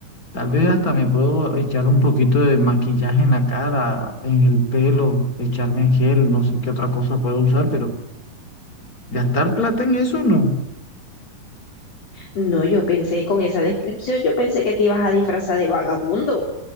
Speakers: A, on the left (about 25°); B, on the left (about 45°).
A: Tal vez hasta me puedo echar un poquito de maquillaje en la cara, en el pelo, echarme gel, no sé qué otra cosa puedo usar, pero gastar plata en eso no.
B: No, yo pensé con esa descripción, yo pensé que te ibas a disfrazar de vagabundo.